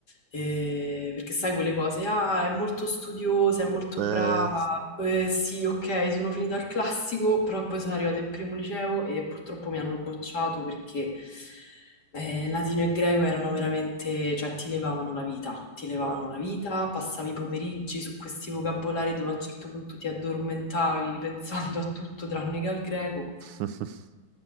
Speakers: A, on the left (about 50°); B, on the right (about 75°).
A: eh, perché sai quelle cose, ah, è molto studiosa, è molto
B: Eh,
A: brava, eh, sì, ok, sono finita al classico, però poi sono arrivata in primo liceo e purtroppo mi hanno bocciato perché eh, latino e greco erano veramente, cioè ti levavano la vita, ti levavano
B: ma
A: la vita, passavi i pomeriggi su questi vocabolari dove a un certo punto ti addormentavi <laughs> pensando a tutto tranne che al greco.
B: <laughs>